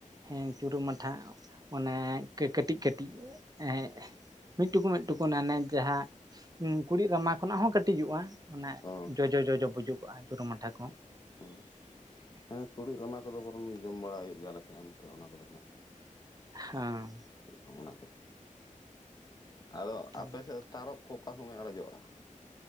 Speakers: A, on the right (about 30°); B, on the left (about 30°).
A: ᱦᱮᱸ ᱪᱩᱨᱩ ᱢᱟᱴᱷᱟ ᱚᱱᱮ ᱠᱟᱹᱴᱤᱡ ᱠᱟᱹᱴᱤᱡ ᱮ ᱢᱤᱫᱴᱩᱠᱩ ᱢᱤᱫᱴᱩᱠᱩᱮ ᱡᱟᱦᱟᱸ ᱠᱩᱲᱤ ᱨᱟᱢᱟ ᱠᱷᱚᱱᱟᱜ ᱦᱚᱸ ᱠᱟᱹᱴᱤᱡᱚᱜᱼᱟ ᱚᱱᱟᱮ
B: ᱚ
A: ᱡᱚᱡ ᱡᱚ ᱡᱚᱡᱚ ᱵᱩᱡᱩᱜᱼᱟ ᱡᱩᱨᱩ ᱢᱟᱴᱷᱟ ᱠᱚ
B: ᱦ ᱦᱮᱸ ᱠᱩᱲᱤᱫ ᱨᱟᱢᱟ ᱠᱚᱫᱚ ᱵᱚᱱ ᱚᱱ ᱡᱚᱢ ᱵᱟᱲᱟᱟᱭ ᱦᱩᱭᱩᱜ ᱜᱮᱭᱟ ᱟᱞᱮ ᱥᱮᱫ ᱮᱢ ᱚᱱᱟ ᱠᱚᱫᱚ ᱦᱮᱱᱟᱜ ᱜᱮᱭᱟ
A: ᱦᱮᱸ
B: ᱚᱱᱟ ᱟᱫᱚ
A: ᱛᱟᱦᱚᱞᱮ
B: ᱟᱯᱮ ᱥᱮᱫ ᱛᱟᱨᱚᱵ ᱠᱚ ᱚᱠᱟ ᱥᱚᱢᱚᱭ ᱟᱨᱡᱚᱜᱼᱟ